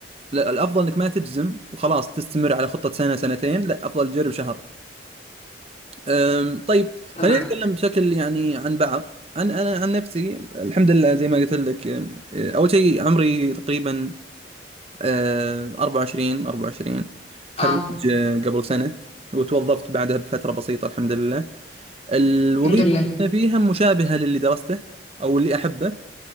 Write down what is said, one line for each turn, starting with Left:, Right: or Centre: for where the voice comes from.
Right: لا الافضل انك ما تجزم وخلاص تستمر على خطة سنة سنتين لا افضل تجرب شهر أم، طيب
Left: انا
Right: خلينا
Left: معاك
Right: نتكلم بشكل يعني عن بعض عن انا عن نفسي الحمد لله زي ما قلت لك أم، أه، اول شيء عمري تقريبا أه، 24 24 خريج
Left: اه
Right: أه، قبل سنة وتوظفت بعدها بفترة بسيطة الحمد لله الوظيفة
Left: الحمد لله
Right: اللي أنا فيها مشابهة للي درسته او اللي احبه